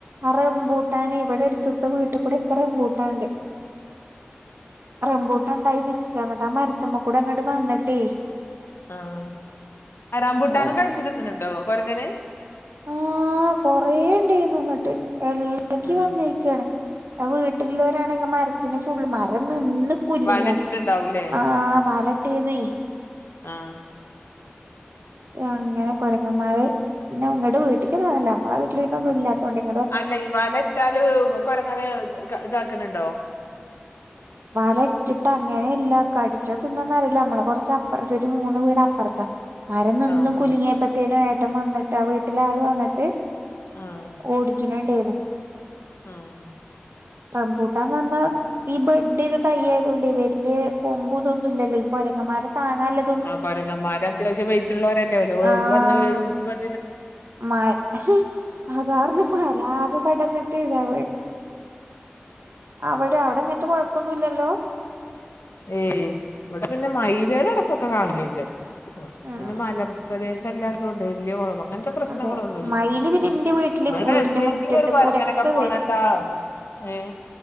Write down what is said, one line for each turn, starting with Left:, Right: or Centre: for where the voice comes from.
Right: ആഹ് റമ്പൂട്ടാൻ ഇവിടെ എടുത്തുത്ത വീട്ടി കൂടെ ഒക്കെറമ്പൂട്ടാണ്ട് റംമ്പൂട്ടുണ്ടായി നിൽക്കാണ് എന്നിട്ട് ആഹ് മരുത്തമ്മകൂടെ അങ്ങോട്ട് വന്നിട്ടേ
Left: ആഹ് റമ്പൂട്ടാനും
Right: കൊറേ
Left: കടിച്ചിത്തിനുണ്ടോ കൊരങ്ങന്
Right: ആഹ് കൊറേ ഉണ്ടായിന്നിട്ട് എല്ലാ പകി
Left: ആ
Right: വന്നിരിക്കയാണ് ആഹ് വീട്ടിലുള്ളവരാണെങ്കി മരത്തിന് ഫുള്ള് മരം നിന്ന് കുല്ലിങ്ങ
Left: വലട്ടിട്ടുണ്ടാവൂലേ
Right: ആഹ് വാലട്ടായ്ര്ന്നെ
Left: ആഹ്
Right: അങ്ങനെ കൊരങ്ങന്മാര് പിന്നെങ്ങടെ വീട്ടേക്കൊന്നുല്ലി നമ്മളെ വീട്ടിൽ വീണ്ടൊന്നും ഇല്ലാത്തൊണ്ട് ഇ
Left: അല്ല ഈ വല ഇട്ടാല് കൊരങ്ങനെ ഇതാക്കുന്നുണ്ടോ
Right: വല ഇട്ടിട്ട് അങ്ങനെ ഇല്ല കടിച്ചോ തിന്നോന്നറിയില്ല നമ്മള് കൊറച്ചപ്പറത്ത് ഒരു മൂന്ന് വീട അപ്പുറത്താ മരം നിന്ന്
Left: ആഹ്
Right: കുലുങ്ങിയപ്പത്തേനും
Left: ആഹ്
Right: ഏട്ടൻ വന്നിട്ട് ആ വീട്ടിലെ ആള് വന്നിട്ട്
Left: ആഹ്
Right: ഓടിക്കണണ്ടേന്ന്
Left: ആഹ്
Right: റംമ്പൂട്ടാന്ന് പറ്ഞ്ഞാൽ ഈ ബ ന്റത് തയ്യായതൊണ്ട് വല്യേ കൊമ്പുതൊന്നും ഇല്ലല്ലോ ഈ കൊരങ്ങമാരെ താങ്ങാല്ലേ
Left: ആഹ് കൊരങ്ങമാര് അത്യാവശ്യം വെയ്റ്റ്ള്ളോരന്നെ ല്
Right: ആഹ്
Left: വന്നു വീഴുമ്പം
Right: <unintelligible> കടന്നിട്ട് ഇതാ പോണ് അവ്ടെ അവ്ടെങ്ങൻത്തെ കൊഴപ്പൊന്നുംല്ലല്ലോ
Left: ഏയ് വെടെ പിന്നെ മയില്കൾ എടക്കോക്കെ കാണല്ണ്ട്
Right: ഉം
Left: അങ്ങനെ മലപ്രദേശ ശ അല്ലാത്തോണ്ടേ വല്യ ബഹളം ങ്ങൻത്തെ പ്രശ്നങ്ങളൊന്നുല്ല
Right: അതെ മയില് പിന്നെ എന്റെ വീട്ടില്
Left: വെടെ
Right: വീടിന്റെ
Left: എന്നെങ്കിലും
Right: മുറ്റത്ത്
Left: ഒരു കൊര്ങ്ങനൊക്കെ
Right: കൂടെ ഒക്കെ
Left: പോണണ്ട
Right: വരും
Left: ഏ